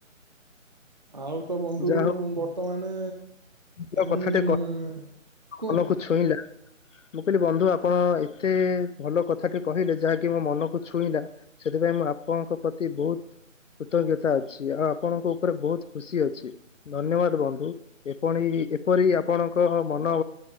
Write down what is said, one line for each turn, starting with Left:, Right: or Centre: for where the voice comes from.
Right: ଆଉ ତ ବନ୍ଧୁ
Left: ଯାହା
Right: ବର୍ତ୍ତମାନ
Left: ହଉ କଥାଟେ
Right: ମୁଁ। କୁହନ୍ତୁ
Left: ମନକୁ ଛୁଇଁଲା। ମୁଁ କହିଲି ବନ୍ଧୁ ଆପଣ ଏତେ ଭଲ କଥାଟେ କହିଲେ ଯାହାକି ମୋ ମନକୁ ଛୁଇଁଲା। ସେଥିପାଇଁ ମୁଁ ଆପଣଙ୍କ ପ୍ରତି ବହୁତ୍ କୃତଜ୍ଞତା ଅଛି ଆଉ ଆପଣଙ୍କ ଉପରେ ବହୁତ ଖୁସି ଅଛି। ଧନ୍ୟବାଦ ବନ୍ଧୁ ଏପଣି ଏପରି ଆପଣଙ୍କ ମନ।